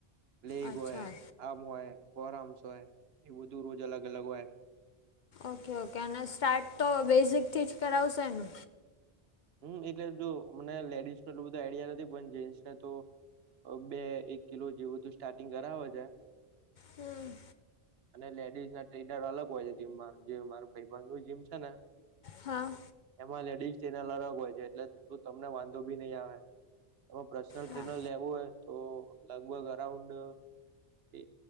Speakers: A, on the right; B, on the left.
A: લેગ
B: અચ્છા.
A: હોય. આર્મ હોય, કોરામસ હોય એ, બધું રોજ અલગ-અલગ હોય.
B: ઓકે, ઓકે અને સ્ટાર્ટ તો બેઝિકથી જ કરાવશે ને?
A: હમ્મ, એટલે જો મને લેડીઝનું એટલું બધું આઈડિયા નથી, પણ જેન્ટસને તો બે-એક કિલો જેવુંથી સ્ટાર્ટિંગ કરાવે છે.
B: હમ્મ.
A: અને લેડીઝના ટ્રેનર અલગ હોય છે, જીમમાં જે મારું ભાઈબંધ જીમ છે ને.
B: હા.
A: એમાં લેડીઝ ચેનલ અલગ હોય છે, એટલે તું તમને વાંધો બી નહી આવે. એમાં પર્સનલ ટ્રેનર
B: હા.
A: લેવું હોય તો, લગભગ અરાઉન્ડ એ